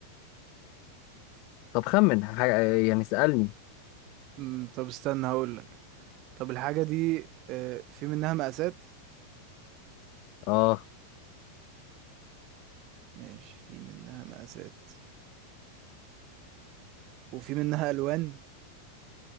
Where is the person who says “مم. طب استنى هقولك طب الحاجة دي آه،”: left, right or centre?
Right